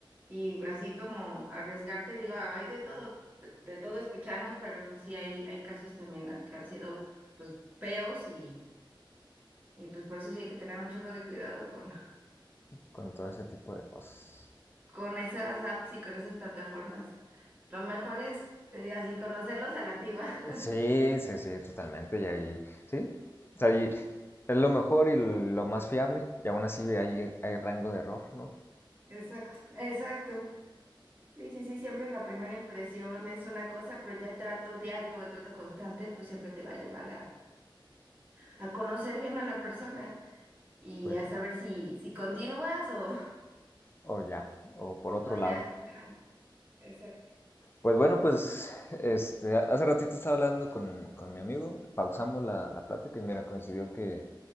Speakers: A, on the right; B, on the left.
A: Y así como arriesgarte, digo, hay de todo, de todo escuchamos, pero pues sí hay, hay casos también a- que han sido pues feos y, y pues por eso sí hay que tener un chorro de cuidado con,
B: con todo ese tipo de cosas.
A: con esas apps y con esas plataformas. Lo mejor es, te digo así, conocerlos a la antigua. <laughs>
B: Sí, sí, sí, totalmente. Y ahí, sí. O sea, y es lo mejor y lo más fiable. Y aún así hay, hay rango de error, ¿no?
A: Exacto, exacto. Sí, sí, sí, siempre la primera impresión es una cosa, pero ya el trato diario, o el trato constante, pues siempre te va a llevar a, a conocer bien a la persona. y
B: Pues,
A: a saber si, si continúas o,
B: o ya, o
A: <laughs>
B: por otro
A: o ya.
B: lado.
A: Ajá, exacto.
B: Pues bueno, pues este, hace ratito estaba hablando con, con mi amigo, pausamos la, la plática y mira, coincidió que,